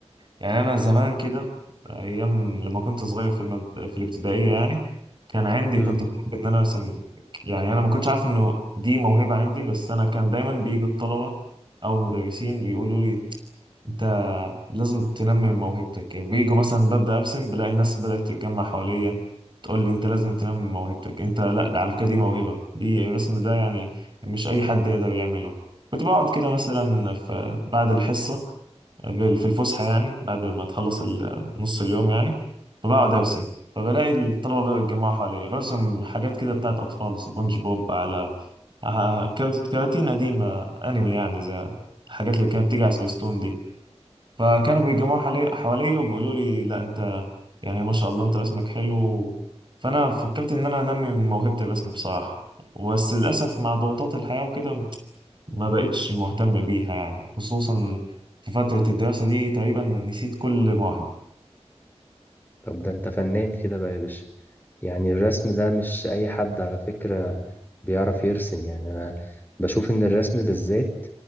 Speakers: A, on the right; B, on the left.
A: يعني أنا زمان كده أيام لما كنت صغير في المد... في الابتدائية يعني كان عندي
B: مم.
A: كنت بحب إن أنا أرسم يعني أنا ما كنتش عارف إنه دي موهبة عندي بس أنا كان دايما بيجي الطلبة أو المدرسين بيقولوا لي أنت لازم تنمي من موهبتك بيجوا مثلا ببدأ أرسم بلاقي الناس بدأت تتجمع حواليا تقول لي أنت لازم تنمي من موهبتك أنت لا ده على فكرة دي موهبة دي الرسم ده يعني مش أي حد يقدر يعمله كنت بقعد كده مثلا في بعد الحصة بال- في الفسحة يعني بعد ما تخلص ال- نص اليوم يعني فبقعد أرسم فبلاقي الطلبة بقى بيتجمعوا حواليا برسم حاجات كده بتاعت أطفال سبونج بوب على ع- كرت- كراتين قديمة أنمي يعني زي الحاجات اللي كانت بتيجي على سبيستون دي فكانوا بيتجمعوا حوالي- حواليا وبيقولوا لي لا أنت يعني ما شاء الله أنت رسمك حلو فأنا فكرت إن أنا أنمي من موهبة الرسم بصراحة بس للأسف مع ضغوطات الحياة وكده ما بقتش مهتم بيها يعني خصوصا في فترة الدراسة دي تقريبا نسيت كل مواهبي
B: طب ده انت فنان كده بقى يا باشا يعني الرسم ده مش أي حد على فكرة بيعرف يرسم يعني أنا بشوف إن الرسم بالذات